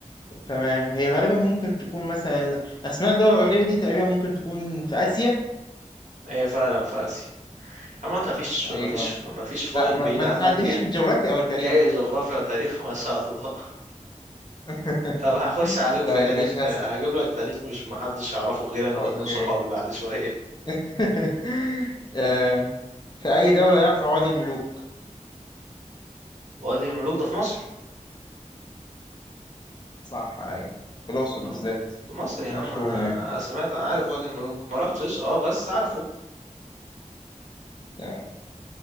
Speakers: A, on the left; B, on the right.
A: تمام هي غالبا ممكن تكون مثلا أسماء الدول الغريبة دي تقريبا ممكن تكون في آسيا
B: هي فعلا في اسيا اما انت مفيش
A: أيوه
B: مفيش مفيش فايل
A: لا ما,
B: بعيد
A: ما
B: عنك
A: تتحدانيش
B: يعني
A: في الجغرافيا أو التاريخ
B: جاي جغرافيا وتاريخ <laughs> ما شاء الله <laughs>
A: <laughs>
B: طب هخش عليك في
A: طيب
B: تاريخ
A: ماشي
B: هجيب
A: هس
B: لك تاريخ مش محدش يعرفه غير انا
A: اوكي
B: واتنين صحابي بعد شوية
A: <laughs> أم، في اي دولة يقع وادي الملوك
B: وادي الملوك ده في مصر
A: صح اي في الاقصر بالذات
B: اه في مصر يا
A: مشهور
B: عم انا
A: هناك
B: سمعت انا عارف وادي الملوك ما رحتش اه بس عارفه
A: تمام